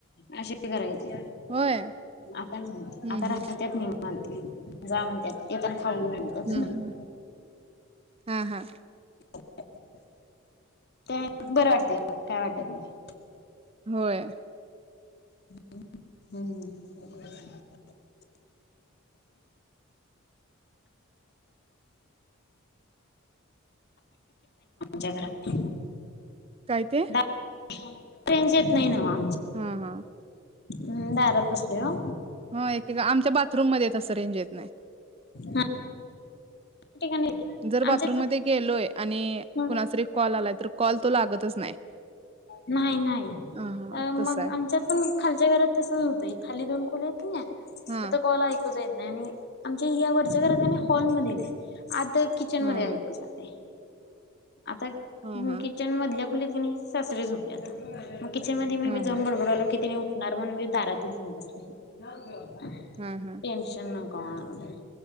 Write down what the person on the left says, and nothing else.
अशीच हे खरये
आता नाही
आता
राहतात निवांत जा म्हणते ते तर थंड मिळत
ह ते बरं वाटते का काय वाटत नाही.
हम् हम्म घरात
दारात रेंज येत नाही नव्ह आत
हम दारात बसलोय ओ
हा ठिकाणी
आमच्यात
पण
नाही नाही
मग
आमच्यात पण खालच्या घरात तसच होतंय खाली दोन खोल्या आहेत की नाही
तीथं कॉल ऐकू जाय आणि आमच्या या वरच्या घरात की नाही हॉलमध्ये नाही आत तर किचन
मध्ये ऐकू
जातय आता
किचन मधल्या खोलीत की नाही सासरे झोपल्यात किचनमध्ये मी
बी जाऊन
बडबडालो की त्यानी उ नॉर्मल मी दारातच येवुन बसले
टेन्शन न काय माहित?